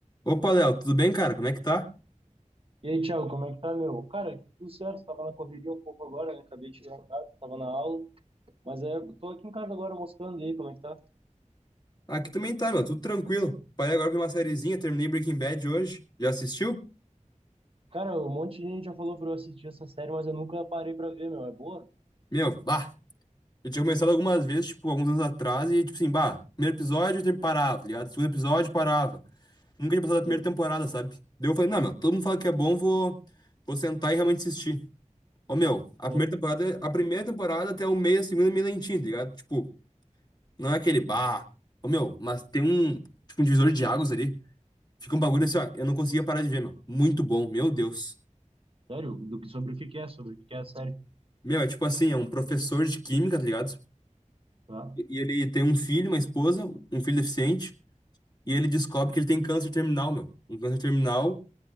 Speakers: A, on the left (about 30°); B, on the right (about 45°).
A: Opa, Léo, tudo bem, cara? Como é que tá?
B: E aí, Thiago, como é que tá, meu? Cara, aqui tudo certo, tava na correria um pouco agora, né? Acabei de chegar em casa, tava na aula, mas é, tô aqui em casa agora mostrando aí como é que tá.
A: Aqui também tá, meu, tudo tranquilo. Parei agora pra uma sériezinha, terminei Breaking Bad hoje. Já assistiu?
B: Cara, um monte de gente já falou pra eu assistir essa série, mas eu nunca parei pra ver, meu. É boa?
A: Meu, bah! Eu tinha começado algumas vezes, tipo, alguns anos atrás, e tipo assim, bah, primeiro episódio eu sempre parava, tá ligado? Segundo episódio parava. Nunca tinha passado a primeira
B: Pô,
A: temporada, sabe? Daí eu falei, não, meu, todo mundo fala que é bom, vou, vou sentar e realmente assistir. Ô, meu, a
B: pô,
A: primeira temporada, a primeira temporada até o meio, a segunda é meio lentinha, tá ligado? Tipo, não é aquele bah. Ô, meu, mas tem um, tipo, um divisor de águas ali. Fica um bagulho assim, ó. Eu não conseguia parar de ver, meu. Muito bom, meu Deus.
B: sério? Do que, sobre o que que é? Sobre o que que é a série?
A: Meu, é tipo assim, é um professor de química, tá ligado?
B: Tá.
A: E e ele tem um filho, uma esposa, um filho deficiente, e ele descobre que ele tem câncer terminal, meu. Um câncer terminal,